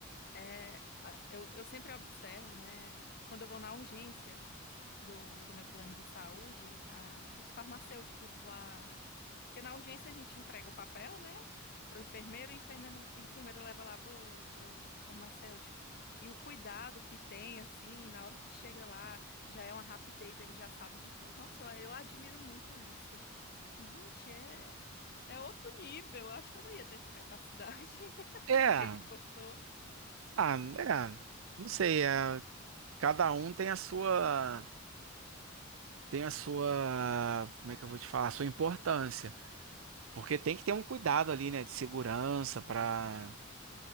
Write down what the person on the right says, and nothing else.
É,
ah, é, não sei, é, cada um tem a sua, tem a sua, como é que eu vou te falar, a sua importância. Porque tem que ter um cuidado ali, né, de segurança para